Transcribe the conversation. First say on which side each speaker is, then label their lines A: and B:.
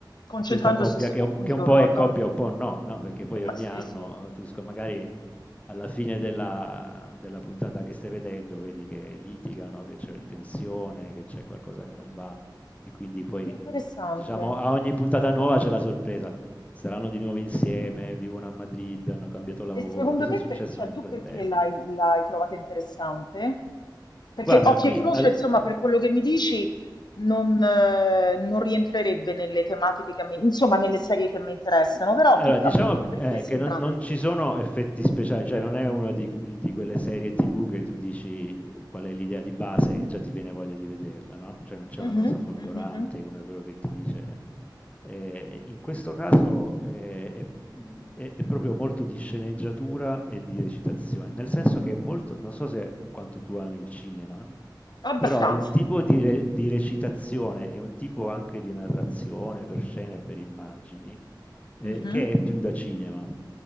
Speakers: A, on the left; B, on the left.
A: concentrandosi
B: questa coppia
A: su
B: che un
A: un
B: che
A: giorno
B: un po' è
A: all'anno.
B: coppia e un po' no, no, perché poi
A: Eh, ma-
B: ogni
A: Sì,
B: anno
A: sì,
B: tu sc magari alla fine della della puntata che stai vedendo vedi che litigano, che c'è tensione, che c'è qualcosa che non va e quindi poi,
A: interessante.
B: diciamo, a ogni puntata nuova c'è la sorpresa. Saranno di nuovo insieme, vivono a Madrid, hanno cambiato lavoro,
A: E secondo
B: cos'è
A: te,
B: successo
A: per- cioè,
B: nel
A: tu
B: frattempo?
A: perché l'hai l'hai trovata interessante? Perché
B: Guarda
A: Occhio
B: qui
A: e Croce,
B: al
A: insomma, per quello che mi dici, non, eh, non rientrerebbe nelle tematiche che a me, insomma, nelle serie che a me interessano, però
B: Allora,
A: tu
B: diciamo
A: a te perché
B: eh,
A: è sembrato
B: che non, non
A: interessante?
B: ci sono effetti speciali, cioè non è una di, di quelle serie TV che tu dici eh, qual è l'idea di base e già ti viene voglia di vederla, no? Cioè non c'è
A: Mhm,
B: una cosa folgorante
A: mhm, mhm.
B: come quello che ti dice. Eh, in questo caso eh, è, mh, è- è proprio molto di sceneggiatura e di recitazione, nel senso che è molto, non so se quanto tu ami il cinema,
A: Abbastanza.
B: però è un tipo di, re- di recitazione, è un tipo anche di narrazione per scene e per immagini ehm,
A: Mhm.
B: che è più da cinema.